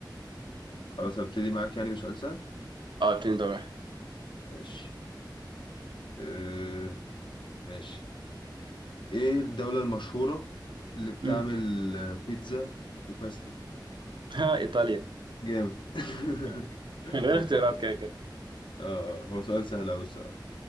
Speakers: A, on the left (about 80°); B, on the right (about 80°).
A: خلاص هبتدي معاك يعني بسؤال سهل
B: اه اتنين دور واحد
A: ماشي أه ماشي ايه الدولة المشهورة اللي بتعمل
B: مم.
A: آه، بيتزا وباستا
B: ها ايطاليا
A: جامد <laughs>
B: <laughs> من غير
A: هو
B: اختيارات
A: سؤال
B: كده كده
A: اه هو سؤال سهل أوي الصراحة